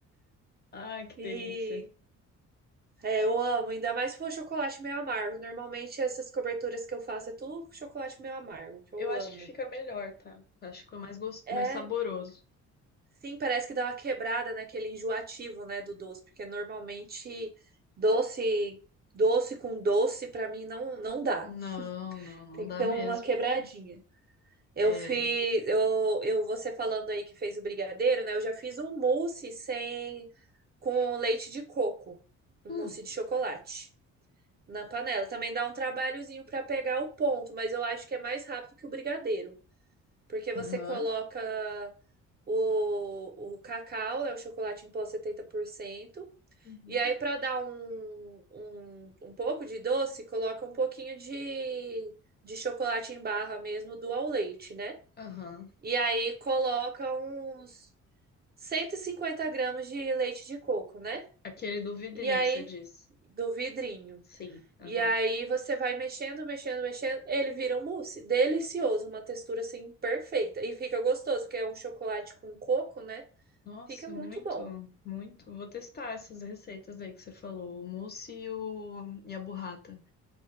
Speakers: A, on the left; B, on the right.
A: Ai, que delícia.
B: E é, eu amo, ainda mais se for chocolate meio amargo. Normalmente essas coberturas que eu faço é tudo com chocolate meio amargo, que
A: Eu
B: eu
A: acho
B: amo.
A: que fica melhor, tá? Acho que fica mais, gos...
B: É,
A: mais saboroso.
B: sim, parece que dá uma quebrada naquele enjoativo, né, do doce, porque normalmente doce, doce com doce pra mim não não dá.
A: Não, não, não
B: Tem
A: dá
B: que ter
A: mesmo.
B: uma quebradinha. Eu
A: É.
B: fiz, eu, eu você falando aí que fez o brigadeiro, né? Eu já fiz um mousse sem com leite de coco, um
A: Hum.
B: mousse de chocolate na panela. Também dá um trabalhozinho pra pegar o ponto, mas eu acho que é mais rápido que o brigadeiro, porque você
A: Aham.
B: coloca O, o cacau é o chocolate em pó setenta por cento
A: Uhum.
B: E aí, para dar um, um, um pouco de doce, coloca um pouquinho de, de chocolate em barra mesmo do ao leite, né?
A: Aham.
B: E aí coloca uns 150 gramas de leite de coco, né?
A: Aquele do vidrinho,
B: E aí,
A: você disse.
B: do vidrinho.
A: Sim, aham.
B: E aí você vai mexendo, mexendo, mexendo. Ele vira um mousse. Delicioso, uma textura assim perfeita. E fica gostoso, porque é um chocolate com coco, né?
A: Nossa,
B: Fica muito
A: muito,
B: bom.
A: muito. Vou testar essas receitas aí que você falou, o mousse e, o... e a burrata.